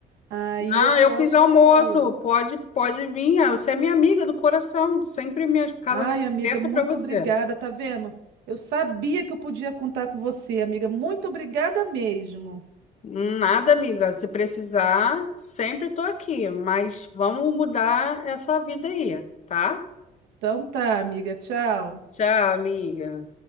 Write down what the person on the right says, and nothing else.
aí
eu posso.
Ai,
amiga,
muito
obrigada, tá vendo? Eu sabia que eu podia contar com você, amiga. Muito obrigada mesmo.
Então tá, amiga, tchau.